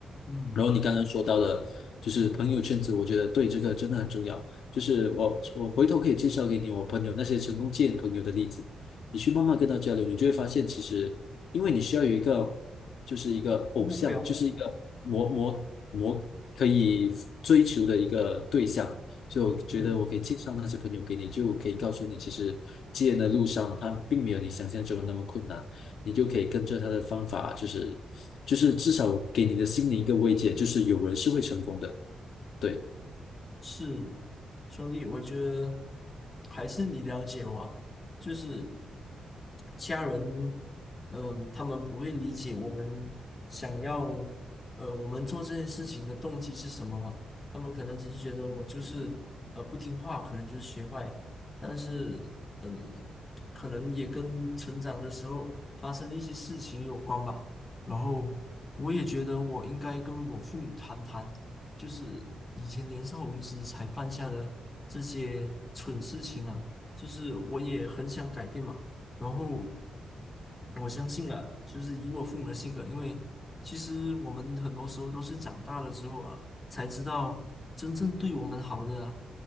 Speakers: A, on the left; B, on the left.
A: 嗯，
B: 然后你刚刚说到的，就是朋友圈子，我觉得对这个真的很重要。就是我我回头可以介绍给你我朋友那些成功见朋友的例子，你去慢慢跟他交流，你就会发现，其实因为你需要有一个就是一个偶像，
A: 目标，
B: 就是一个模模模可以追求的一个对象，就我觉得我可以介绍那些朋友给你，
A: 嗯。
B: 就可以告诉你，其实戒烟的路上，他并没有你想象中的那么困难，你就可以跟着他的方法，就是就是至少给你的心灵一个慰藉，就是有人是会成功的。对。
A: 是，兄弟，我觉得还是你了解我啊就是家人，嗯，他们不会理解我们想要，呃，我们做这件事情的动机是什么嘛？他们可能只是觉得我就是呃不听话，可能就是学坏，但是嗯，可能也跟成长的时候发生的一些事情有关吧。然后我也觉得我应该跟我父母谈谈。就是以前年少无知才犯下的这些蠢事情啊，就是我也很想改变嘛。然后我相信了，就是以我父母的性格，因为其实我们很多时候都是长大了之后啊，才知道真正对我们好的啊，